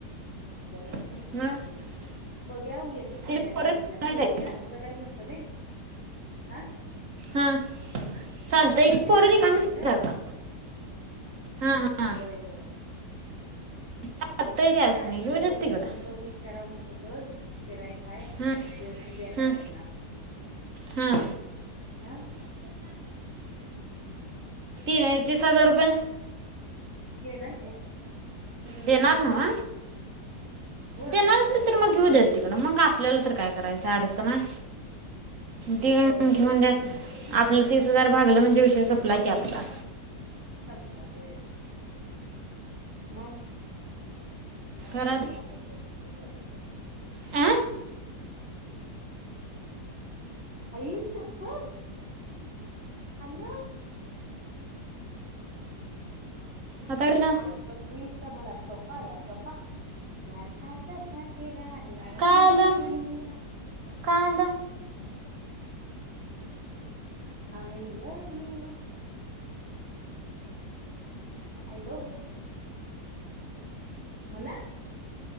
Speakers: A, in the centre; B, on the right.
A: बर म्हटल.
B: <unintelligible>
A: बघ. या म येतो संध्याकाळी
B: तिची पोरं
A: म्हटल्या मग.
B: माहीत
A: ते उगच
B: आहे
A: राजू दादाला म्हणतो मी. हा.
B: हां
A: बाबा
B: चालतंय
A: पण
B: की
A: रिकामाच
B: पोरं रिकामीच
A: हाय गं
B: आहेत का हा हा
A: होय होय.
B: चालतंय
A: मग
B: की असं
A: ते राजू
B: नाही
A: दादाला
B: घेऊ देत
A: उगच
B: तिकडं
A: फोन लावून विचाराव म्हणत. त गिराईक काय
B: हां
A: दिव्या
B: हां
A: काय त्यांना
B: हां
A: हा
B: तीन तीस हजार रुपये.
A: देणार की.
B: देणार नव्ह?
A: होय
B: देणार असलं तर मग घेऊदेत. तिकडं मग आपल्याला तर काय. करायच आडचन
A: होय
B: हाय देऊन
A: होय
B: घेऊन
A: होय
B: द्या. आपलं तीस हजार भागलं म्हणजे विषय संपला
A: होय.
B: की आपला.
A: सपला होय मग
B: घरात
A: दहा मिनट झालं काय गं.
B: आ
A: आई शप्पत आनु
B: आता गेला
A: आज बकरी ईद. मला सोपा आया सोपा प्यार का तोफा तेरा लाया
B: काय
A: हे
B: आलं
A: जीवन मेरा.
B: काय आलं?
A: हं. I love you. हॅलो, मला?